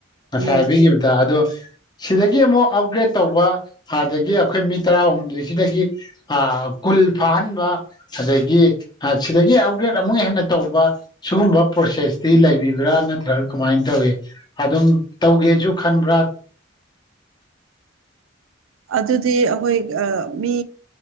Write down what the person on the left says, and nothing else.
ꯉꯁꯥꯏ
ꯍꯥꯏꯕꯤꯈꯤꯕꯗ ꯑꯗꯣ ꯁꯤꯗꯒꯤ ꯑꯃꯨꯛ ꯑꯞꯒ꯭ꯔꯦꯗ ꯇꯧꯕ ꯑꯥꯗꯒꯤ ꯑꯩꯈꯣꯏ ꯃꯤ ꯇꯔꯥꯍꯨꯝꯗꯣꯏꯁꯤꯗꯒꯤ ꯀꯨꯜ ꯐꯥꯍꯟꯕ ꯑꯗꯒꯤ ꯁꯤꯗꯒꯤ ꯑꯞꯒ꯭ꯔꯦꯠ ꯑꯃꯨꯛ ꯍꯦꯟꯅ ꯇꯧꯕ ꯁꯤꯒꯨꯝꯕ ꯄ꯭ꯔꯣꯁꯦꯁꯇꯤ ꯂꯩꯕꯤꯕ꯭ꯔꯥ ꯅꯠꯇ꯭ꯔꯒ ꯀꯃꯥꯏꯅ ꯇꯧꯏ ꯑꯗꯨꯝ ꯇꯧꯒꯦꯁꯨ ꯈꯟꯕ꯭ꯔꯥ